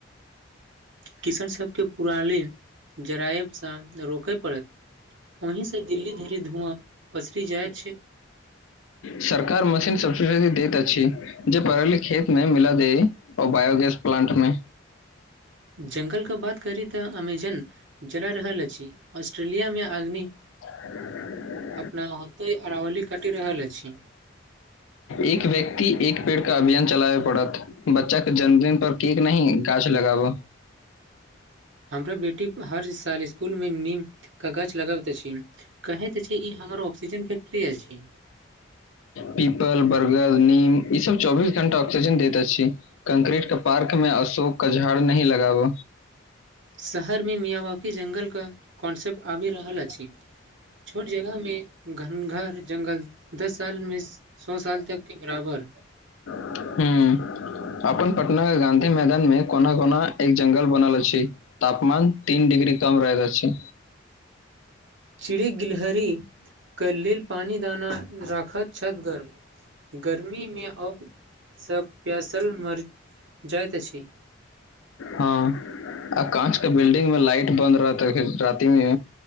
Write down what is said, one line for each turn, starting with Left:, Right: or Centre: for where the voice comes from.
Right: किसन सभके पुरा‌ लेल जरायबसँ त‌रोकय पड़त अही से दिल्ली धरी धुआँ पसरी जाय छै
Left: सरकार मशीन सबसिडी दैत अछि जे परली खेत मे मिला दे ओ बायोगैस प्लांट मे
Right: जंगलके बात करी तऽ अमेजन जरा रहल अछि ऑस्ट्रेलियामे आदमी
Left: <inaudible>
Right: अपना होते अरावली कटि रहल अछि
Left: एक व्यक्त एक पेड़ क अभियान चलाबै पड़त बच्चा के जन्मदिन पर केक नही गाछ लगाब
Right: हमरा बेटी हर साल इस्कुलमे नीमके गाछ लगाबैत अछि कहैत छै ई हमर ऑक्सीजन फैक्ट्री अछि
Left: पीपल बर्गर नीम ईस चौबीस घंटा ऑक्सीजन दैत अछी कंक्रीट के पार्क मे अशोक क झाड़ नही लगाब
Right: शहरमे मियाँ बकी जंगल क कॉन्सेप्ट आबि रहल अछि छोट जगह मे घन घार जंगल दस सालमे स सौ साल तक के बराबर
Left: हूँ अपन पटन के गाँधी मैदान मे कोना कोना एक जंगल बनल अछि तापमान तीन डग्री कम रहैत अछी
Right: चिड़ी गिलहर के लेल पानी दाना राखत छत गर गर्मीमे अप सँ प्यासल मरि जाइत अछि
Left: हँ आ काँच के बिल्डिंग मे लाइट बन्द रहत राति मे